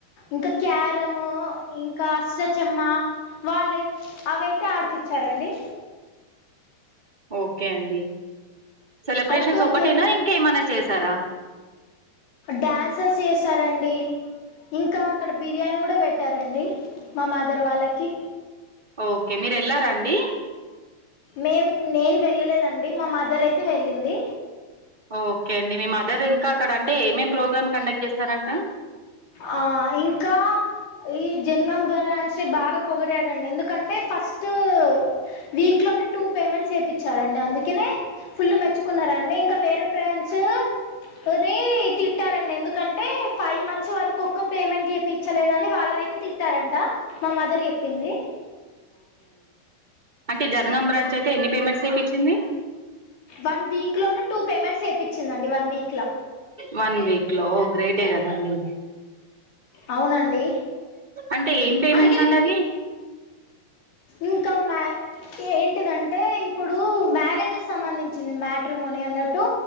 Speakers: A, on the left; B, on the right.
A: ఇంకా క్యారము ఇంకా అష్టచమ్మ వాళ్ళుై అవి అయితే ఆడిపించారండి.
B: ఓకే అండి సెలబ్రేషన్స్
A: అవుట్డోర్
B: ఒకటేనా
A: గేమ్
B: ఇంకేమనా చేసారా
A: డ్యాన్సెస్ చేశారండి, ఇంకా అక్కడ బిర్యానీ కూడా పెట్టారండి మా మాదర్ వాళ్ళకి
B: ఒ మీరు ఎల్లారా అండి
A: మేం నేను వెళ్ళలేదండి, మా మదర్ అయితే వెళ్ళింది
B: ఓకే అండి. మీ మదర్ ఇంకా అక్కడ అంటే ఏమేం ప్రోగ్రామ్ కండక్ట్ చేస్తారంట
A: ఆ ఇంకా ఈ జనంగం బ్రాంచ్ ని బాగా పొగిడారండి, ఎందుకంటే ఫస్ట్ వీక్ లోనే టూ పేమెంట్స్ వేపిచ్చారండి. అందుకనే ఫుల్ మెచ్చుకున్నారండి ఇంకా వేరే బ్రాంచ్ అరే రండి. ఎందుకంటే ఫైవ్ మంత్స్ వారి కుక్క పేమెంట్ వేపిచ్చలేదని వాళ్ళనైతే తిట్టారంట, మా మదర్ చెప్పింది.
B: ఇ జనగం బ్రాంచ్ అయితే ఎన్ని పేమెంట్స్ చేపిచింది
A: వన్ వీక్ లోనే టూ పేమెంట్స్ చెప్ చిందండి వన్ వీక్ లా
B: వన్ వీక్ లో ఓ గ్రేటే కదండి
A: అవునండి
B: అంటే ఏం పేమెంట్స్
A: అందుకే నీకు
B: అండవి
A: ఇంకా మ ఏంటిదంటే ఇప్పుడు మ్యారేజ్ సంబంధించింది మ మ్యాట్రిమోనీ అన్నట్టు